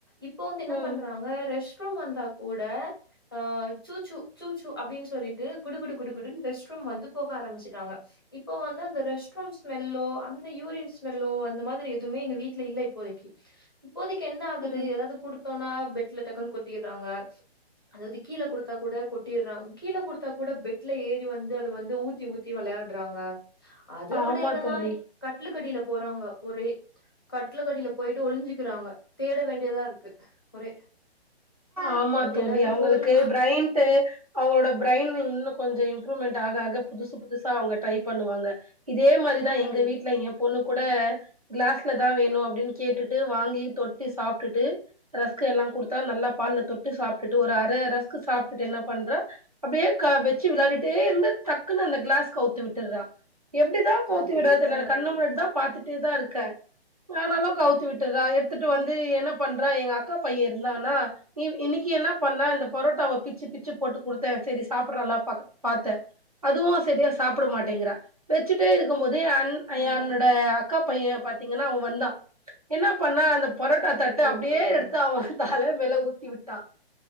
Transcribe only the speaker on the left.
இப் இப்போ வந்து என்ன
பண்றாங்க ரெஸ்ட் ரூம் வந்தா கூட அ சூச்சு சூச்சு அப்டின்னு சொல்லிட்டு குடு குடு குடு குடுன்னு ரெஸ்ட் ரூம் வந்து போக ஆரம்பிச்சசிட்டாங்க இப்போ வந்து அந்த ரெஸ்ட் ரூம் ஸ்மெல்லோ அந்த யூரின் ஸ்மெல்லோ அந்த மாதிரி எதுமே எங்க வீட்டு்ல இல்ல இப்போதைக்கி இப்போதைக்கி என்ன ஆகுது
ஏதாது குடுத்தோனா பெட்ல டக்குன்னு கொட்டிறாங்க அதாவது கீழ கொடுத்தா கூட கொட்டிடுறாங்க கீழ குடுத்தா கூட பெட்ல ஏறி வந்து அத வந்து ஊத்தி ஊ த்தி வெளையாடறாங்க அத
விட என்னன்னா
கடலுக்கடில போறாங்க ஒரே கட்லுக்கு அடில போயிட்டு ஒளிஞ்சுக்கிறாங்க தேட வேண்டியதா இருக்கு ஒரே
அந்த
ஏதாவது
பொருளு
ம்
அதேதா
நடக்குது
ம்
ஓ
புரியுதுங்க